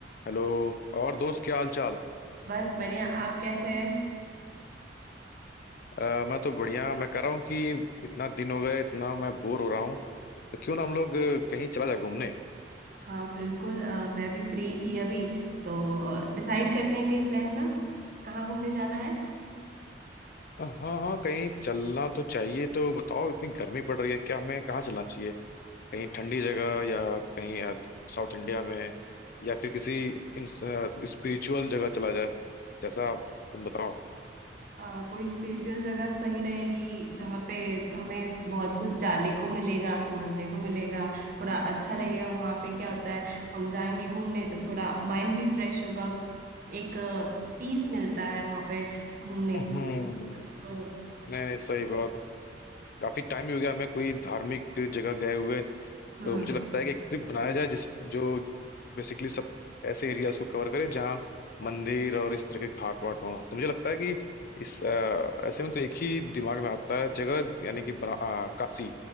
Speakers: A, on the left; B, on the right.
A: Hello और दोस्त क्या हाल चाल
B: बस बढ़िया आप कैसे हैं
A: अ, मैं तो बढ़िया मैं कह रहा हूँ कि इतना दिन हो गए इतना मैं बोर हो रहा हूँ तो क्यों ना हम लोग अ, कहीं चला जाए घूमने
B: हाँ बिल्कुल अ, मैं भी फ्री थी अभी तो डिसाइड करते हैं कहीं प्लान का कहाँ घूमने जाना है
A: अ, हाँ हाँ कहीं चलना तो चाहिए तो बताओ इतनी गर्मी पड़ रही है क्या हमें कहाँ चलना चाहिए कहीं ठंडी जगह या कहीं अ, साउथ इंडिया में या फिर किसी स्पिरिचुअल जगह चला जाए जैसा तुम बताओ
B: अ, कोई स्पेशल जगह सही रहेगी जहाँ पे हमें बहुत कुछ जानने को मिलेगा समझने को मिलेगा थोड़ा अच्छा लगेगा वहाँ पे क्या होता है हम जाएंगे घूमने तो थोड़ा माइंड भी फ्रेश होगा एक पीस मिलता है वहाँ पे घूमने
A: हम्म
B: से तो
A: नहीं नहीं सही बात काफी टाइम भी हो गया हमें कोई धार्मिक जगह गए हुए
B: हम्म
A: तो मुझे लगता है कि एक ट्रिप बनाया जाए जिस जो बेसिकली सब ऐसे एरियाज को कवर करे जहाँ मंदिर और इस तरह के घाट वाट हों तो मुझे लगता है कि इस अ, ऐसे में तो एक ही दिमाग में आता है जगह यानी कि बरा- अ, काशी